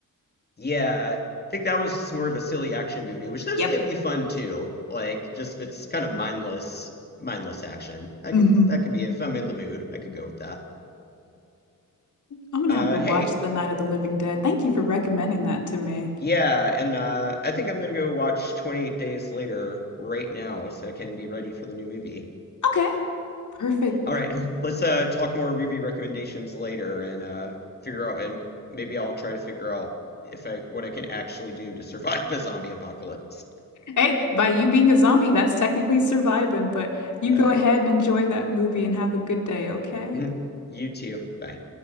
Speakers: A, on the left; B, on the left.
A: Yeah, I think that was just more of a silly action movie, which those
B: yep.
A: can be fun too. Like just if it's kind of mindless, mindless action. I
B: hmm
A: can that could be if I'm in the mood, I could go with that.
B: I'm gonna
A: Uh,
B: have to watch
A: hey,
B: The Night of the Living Dead. Thank you for recommending that to me.
A: yeah, and uh, I think I'm gonna go watch 28 Days Later right now so I can be ready for the new movie.
B: Okay, perfect.
A: All right, <laughs> let's uh talk more movie recommendations later and uh figure out and maybe I'll try to figure out if I what I can actually do to <laughs> survive a zombie apocalypse.
B: Hey, by you being a zombie, that's technically surviving, but you go
A: Uh,
B: ahead and enjoy that movie and have a good day, okay?
A: <laughs> you too. Bye.